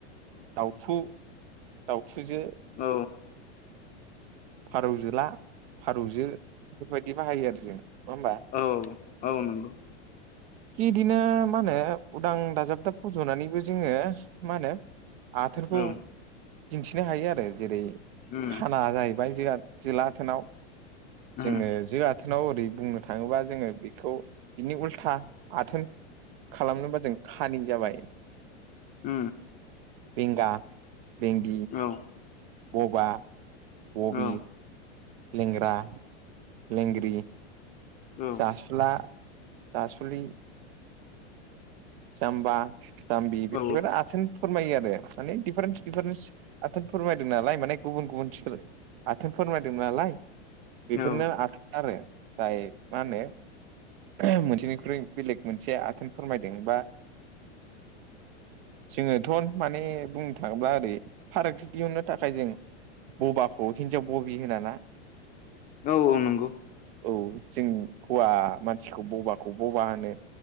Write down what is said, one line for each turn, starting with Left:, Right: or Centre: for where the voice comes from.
Right: दाउथु दाउथुजो
Left: औ औ
Right: फारौजोला फारौजो बेफोरबायदि बाहायो आरो जों नङा हबा
Left: औ औ औ नंगौ
Right: खि इदिनो मा होनो उदां दाजाब दाब फज'नानैबो जोङो मा होनो आथोनखौ
Left: औ
Right: दिन्थिनो हायो आरो जेरै
Left: उम
Right: खाना जायो लाथोनाव
Left: उम
Right: जोङो आाथोनाव ओरै बुंनो थाङोबा जोङो बेखौ बिनि उल्था आथोन खालामनोबा जों खानि जाबाय
Left: उ
Right: बेंगा बेंग
Left: औ
Right: बबा बबि
Left: औ
Right: लेंग्रा लेंग्रि
Left: औ
Right: जास सिथ्ला जासुलि जाम्बा जाम्बि
Left: औ
Right: बेफोर आथिान फोरमायो आरो माने दिडिफारेन्स दिडिफारेन्स आथोन फोरमायदों नालाय माने गुबुन गुबुन सोलो आथोन फोरमायदों नालाय बेफोरनो
Left: औ
Right: आरो जाय मा होनो मोनसेनिख्रुइ बेलेग मोनसे आथोन फोरमायदोंबा जोङोथ' माने बुंनो थाङोब्ला ओरै फारागथि दिहुननो थाखाय जों बबाखौ हिनजाव बबि होना ना
Left: औ नंगौ
Right: औ जों हौवा मानसिखौ बबाखौ बबा होनो